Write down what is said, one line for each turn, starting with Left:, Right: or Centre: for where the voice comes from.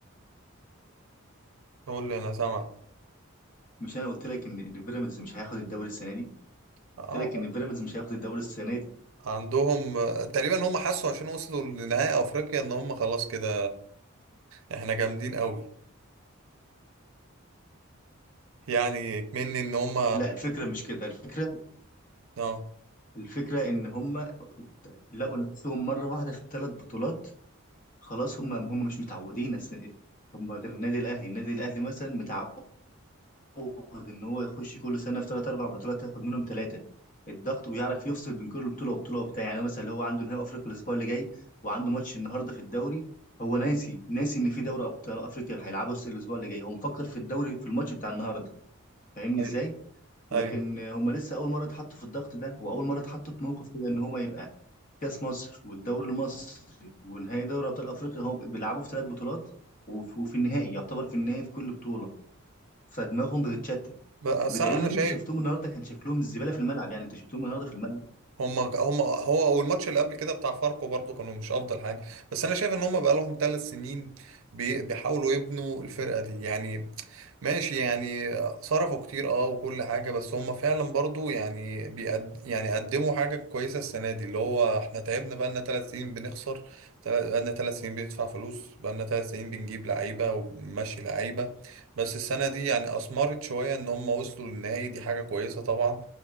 Right: قول لي انا سامعك
Left: مش انا قلت لك ان ان بيراميدز مش هياخد الدوري السنه دي
Right: اه
Left: قلت لك ان بيراميدز مش هياخد الدوري السنه دي
Right: عندهم تقريبا هم حسوا عشان وصلوا لنهائي افريقيا ان هم خلاص كده احنا جامدين قوي يعني مني ان هم
Left: لا الفكره مش كده الفكره
Right: اه
Left: الفكره ان هم لقوا نفسهم مره واحده في ثلاث بطولات خلاص هم هم مش متعودين أس- هم غير النادي الاهلي النادي الاهلي مثلا متعود يعود ان هو يخش كل سنه في ثلاث اربع بطولات ياخد منهم ثلاثه الضغط ويعرف يفصل بين كل بطوله وبطوله وبتاع يعني هو مثلا اللي هو عنده نهائي افريقيا الاسبوع اللي جاي وعنده ماتش النهارده في الدوري هو ناسي ناسي ان في دوري ابطال افريقيا هيلعبه الاسبوع اللي جاي هو مفكر في الدوري في الماتش بتاع النهارده فاهمني
Right: أي-
Left: ازاي لكن
Right: ايوه
Left: هم لسه اول مره اتحطوا في الضغط ده واول مره اتحطوا في موقف كده ان هو يبقى كاس مصر والدوري المصري ونهائي دوري ابطال افريقيا هم بيلعبوا في ثلاث بطولات وف- وفي النهائي يعتبر في النهائي في كل بطوله فدماغهم بتتشتت
Right: بس
Left: بدليل
Right: انا
Left: ان
Right: شايف
Left: انت شفتهم النهارده كان شكلهم الزباله في الملعب يعني انت شفتهم النهارده في الملعب
Right: هم هم هو والماتش اللي قبل كده بتاع فاركو برضو كانوا مش افضل حاجه بس انا شايف ان هم بقى لهم ثلاث سنين بي- بيحاولوا يبنوا الفرقه دي يعني ماشي يعني صرفوا كتير اه وكل حاجة بس هم فعلا برضو يعني بيقد يعني قدموا حاجة كويسة السنة دي اللي هو احنا تعبنا بقالنا ثلاث سنين بنخسر تل- بقالنا ثلاث سنين بندفع فلوس بقالنا ثلاث سنين بنجيب لعيبة وبنمشي لعيبة بس السنة دي يعني أثمرت شوية إن هم وصلوا للنهائي دي حاجة كويسة طبعا